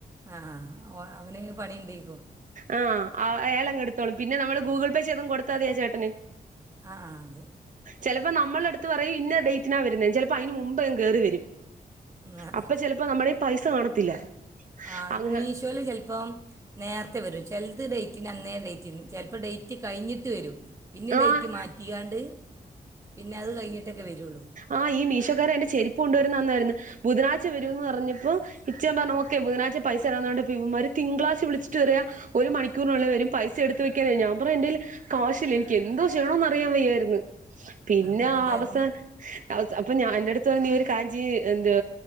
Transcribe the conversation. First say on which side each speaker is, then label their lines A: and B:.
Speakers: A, on the right; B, on the right.
A: ആഹ് ആഹ് ഓ അവന് പണി ണ്ടെയ്ക്കോ.
B: ആഹ് അയാളങ് എടുത്തോളും പിന്നെ നമ്മള് ഗൂഗിൾ പേ ചെയ്തും കൊടുത്താതിയാചേട്ടന്.
A: അഹ് ആഹ് അത്
B: ചെലപ്പോ നമ്മളുടുത്ത് പറയും ഇന്ന ഡേറ്റിനാ വരുന്നെ ചിലപ്പോ അയ്ന് മുമ്പ്ങ്‌ കയറി വരും.
A: ആ
B: അപ്പൊ ചെലപ്പോ നമ്മുടെല് പൈസ കാണത്തില്ല.
A: ആഹ് അത്
B: അങ്ങ്
A: മീഷോൽ ചിലപ്പോം നേരത്തെ വരും ചിലത് ഡേറ്റിന് അന്നേ ഡേറ്റിന്. ചെ അപ്പൊ ഡേറ്റ് കഴിഞ്ഞിട്ട് വരും ഇഞ്ഞി ഡേറ്റ്
B: ആഹ്
A: മാറ്റിയാണ്ട്. പിന്നെ അത് കഴിഞ്ഞിട്ടൊക്കെ വരൂള്ളൂ
B: ആഹ് ഈ മീശോക്കാര് എന്റെ ചെരിപ്പ് കൊണ്ടുവരുന്ന അന്നാരുന്ന് ബുധനാഴ്ച വരൂന്ന് പറഞ്ഞപ്പോ ഇച്ച പറഞ്ഞ് ഓക്കേ ബുധനാഴ്ച പൈസ തരാന്ന് പറഞ്ഞിട്ട് ഇപ്പ ഇവന്മാര് തിങ്കളാഴ്ച വിളിച്ചിട്ട് പറയ ഒരു മണിക്കൂറിനുള്ളിൽ വരും പൈസ എടുത്ത് വെക്കാനെ ഞാൻ പറഞ്ഞ് എന്റേല് കാശില്ല എനിക്ക് എന്തോ ചെയ്യണോന്ന് അറിയാൻ വയ്യാരുന്ന് പിന്നെ
A: അപ്പം
B: ആ
A: എന്ത്
B: അവസാൻ
A: പറഞ്ഞു
B: <unintelligible> അപ്പ ഞാ എന്റടുത്ത് പറഞ്ഞ് നീ ഒരു കാര്യം ചെയ്യ് എന്തുവ